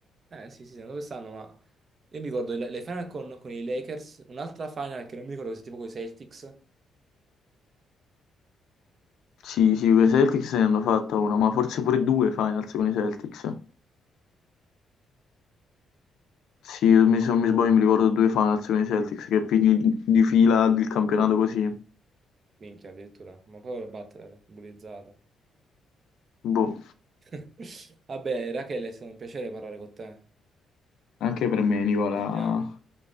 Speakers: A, on the right; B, on the left.
A: Eh sì, sì, se n'è andato quest'anno, ma io mi ricordo le le final con, con i Lakers, un'altra final che non mi ricordo se tipo con i Celtics.
B: Sì, sì, con i Celtics ne hanno fatta una, ma forse pure due finals con i Celtics. Sì, mi- se non mi sbaglio mi ricordo due finals con i Celtics che finì di di fila il campionato così.
A: Minchia, addirittura. Ma povero Butler, bullizzato.
B: Boh,
A: <laughs> Vabbè, Rachele, è stato un piacere parlare con te.
B: anche per me, Nicola.
A: Ci Sentiamo.